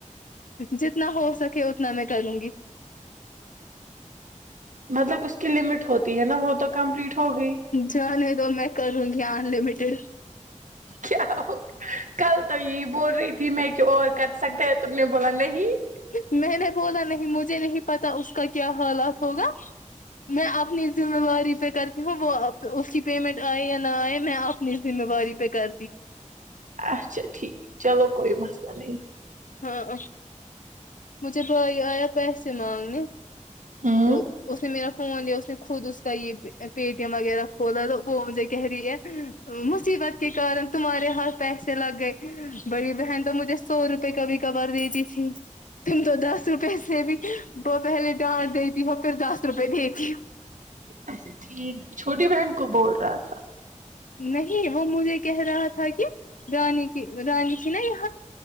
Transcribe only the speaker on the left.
جتنا ہو سکے اتنا میں کروں گی
جانے دو میں کروں گی ان لمیٹیڈ
میں نے بولا نہیں مجھے نہیں پتا اس کا کیا حالات ہوگا میں اپنی ذمہ داری پہ کرتی ہوں وہ اس کی پیمنٹ آئے یا نہ آئے میں آپ اپنی ذمہ واری پہ کر
ہاں ا مجھے بھائی آیا پیسے مانگنے
تو اس نے میرا فون لیا اس نے خود اس کا یہ پے ٹی ایم وغیرہ کھولا تو وہ مجھے کہہ رہی ہے مصیبت کے کارن تمہارے ہاتھ پیسے لگ گئے بڑی بہن تو مجھے سو روپئے کبھی کبھار دیتی تھی تم تو دس روپے سے بھی وہ پہلے ڈانٹ دیتی ہو پھر دس روپئے دیتی ہو
نہیں وہ مجھے کہہ رہا تھا کہ رانی کی رانی تھی نا یہاں